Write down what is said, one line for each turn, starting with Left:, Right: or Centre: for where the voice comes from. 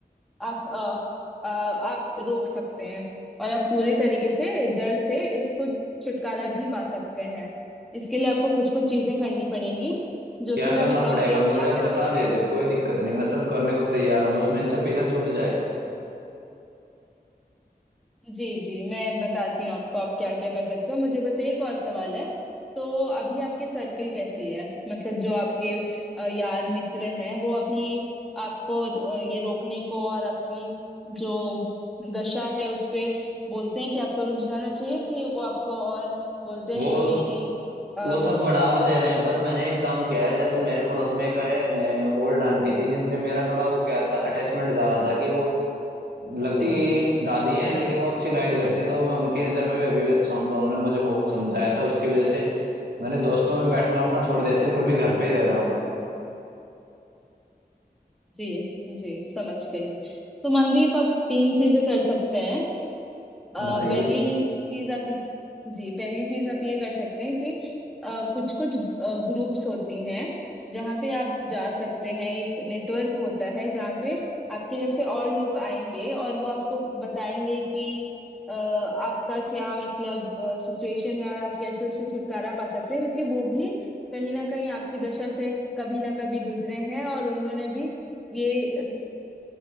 Centre: आप अ, अ, आप रोक सकते हैं और आप पूरे तरीके से जड़ से इसको छुटकारा भी पा सकते हैं इसके लिए आपको कुछ कुछ चीजें करनी पड़ेंगी जो
Right: क्या
Centre: कि मैं
Right: करना
Centre: बताऊंगी
Right: पड़ेगा
Centre: आप
Right: मुझे
Centre: क्या
Right: आप
Centre: कर
Right: बता
Centre: सकते
Right: दीजिए
Centre: हैं
Right: कोई दिक्कत नहीं मैं सब करने को तैयार हूँ बस मैं इनसे पीछे छूट जाए
Centre: जी जी मैं बताती हूँ आपको आप क्या क्या कर सकते हो मुझे बस एक और सवाल है तो अभी आपके सर्किल कैसी है मतलब जो आपके अ, यार मित्र हैं वो अभी आपको अ, ये रोकने को और आपकी जो दशा है उस पे बोलते हैं कि आपको रुक जाना चाहिए कि वो आपको और बोलते
Right: वो
Centre: हैं कि नहीं नहीं अ,
Right: वो सब बढ़ावा दे रहे हैं पर मैंने एक काम किया है जैसे मेरे पड़ोस में एक ओल्ड आंटी थी जिनसे मेरा थोड़ा वो क्या था अटैचमेंट ज्यादा था कि वो लगती
Centre: जी
Right: दादी हैं लेकिन वो अच्छी गाइड करती हैं तो मैं उनकी नज़र में भी अभी भी अच्छा हूँ तो उन्होंने मुझे बहुत समझाया था उसकी वजह से मैंने दोस्तों में बैठना उठना छोड़ दिया सिर्फ अभी घर पे ही रह रहा हूँ
Centre: जी जी समझ गई तो मनदीप आप तीन चीजें कर सकते हैं अ,
Right: बताइए
Centre: पहली चीज आप जी पहली चीज आप ये कर सकते हैं कि कुछ कुछ ग्रुप्स होती हैं जहाँ पे आप जा सकते हैं एक नेटवर्क होता है जहाँ पे आपके जैसे और लोग आएंगे और वो आपको बताएंगे कि अ, आपका क्या मतलब सिचुएशन है और आप कैसे उससे छुटकारा पा सकते हैं क्योंकि वो भी कहीं ना कहीं आपकी दशा से कभी ना कभी गुजरे हैं और उन्होंने भी ये